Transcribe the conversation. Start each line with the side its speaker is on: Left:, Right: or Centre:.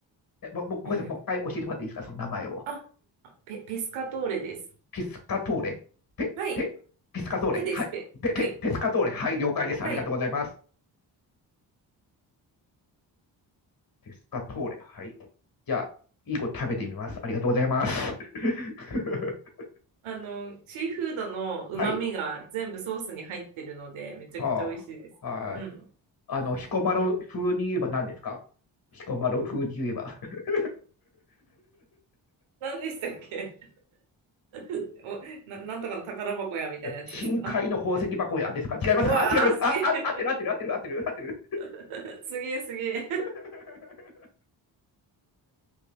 Left: ーえ、も、もごめんなさい。
Right: うん。
Left: もう一回教えてもらっていいですか、その名前を。
Right: あ、あペ、ペスカトーレです。
Left: ピスカトーレペ、
Right: はい。
Left: ペ、ピスカトーレはい。
Right: ペです、ペ。
Left: ペ、ペ、
Right: はい。
Left: ペスカトーレはい、了解です。
Right: はい。
Left: ありがとうございます。ペスカトーレはい。じゃあ、いい子食べてみます。ありがとうございます。<laughs>
Right: あの、シーフードの旨味が全部ソースに入ってるので、
Left: はい。
Right: めちゃくちゃ美味しいです。
Left: はあ。はい。
Right: うん。
Left: あの、彦摩呂風に言えば何ですか彦摩呂風に言えば。<laughs>
Right: 何でしたっけ <laughs> お、な、なんとかの宝箱やみたいなやつですか
Left: 深海の宝石箱やですか違いますかあ、
Right: <laughs> うわー、
Left: 違います。
Right: すげえ。
Left: あ、あ、合ってる合ってる合ってる合ってる合ってる。
Right: <laughs> すげえ、すげえ。
Left: <laughs>